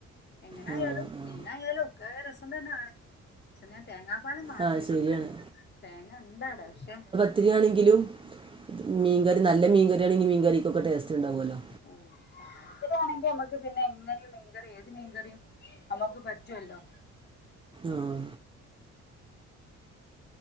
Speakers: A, on the left; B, on the right.
A: എങ്ങനായാലും
B: ആ ആ
A: മീനായാലും ഒക്കെ രസം തന്നാണ് പക്ഷെ ഞാൻ തേങ്ങാ പാലൊന്നും ആക്കിയിട്ടില്ല
B: ആ ശരിയാണ്
A: തേങ്ങ ഇണ്ടവിടെ പക്ഷെ
B: പത്തിരിയാണെങ്കിലും മീൻകറി നല്ല മീൻകറി ആണെങ്കിൽ മീൻകറിക്കൊക്കെ ടേസ്റ്റ് ഇണ്ടാവുല്ലോ
A: ഓ ചാറ് വേണെങ്കി നമക്ക് പിന്നെ എങ്ങനെയും മീൻകറി ഏത് മീൻകറിയും നമക്ക് പറ്റുവല്ലോ
B: ആഹ്